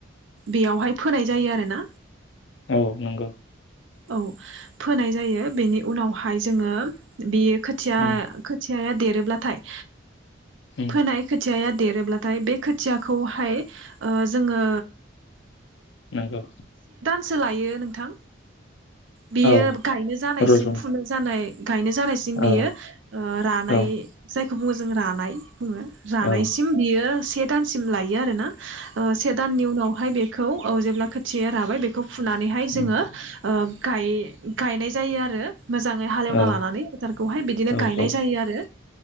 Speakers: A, on the right; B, on the left.
A: बेयावहाय फोनाय जायो आरो ना?
B: औ नंगौ।
A: औ फोनाय जायो। बेनि उनावहाय जोङो, बियो खोथिया
B: उम
A: खोथि खोथिया देरोब्लाथाय,
B: उम
A: फोनाय खोथिया, देरोब्लाथाय बे खोथियाखौहाय ओ जोङो,
B: नोंगौ
A: सोलायो नोंथां, बेयो
B: औ
A: गायनो जानायसिम
B: रज'नो
A: फुनो जानाय, गायनो जानायसिम बेयो
B: औ
A: ओ रानाय
B: औ
A: जाय बुङोजों रानाय बुङो जानायसिम
B: औ
A: बियो खे दानसिम लायो आरो ना? से दाननि उनावहाय बे खौ औ जेब्ला खोथिया राबाय बेखौ, फुनानैहाय जोङो,
B: उम
A: गाय गायनाय जायो आरो मोजाङै हालेवना
B: औ
A: ला, <unintelligible> फोथारखौहाय बिदिनो
B: औ
A: गायनाय
B: औ
A: जायो आरो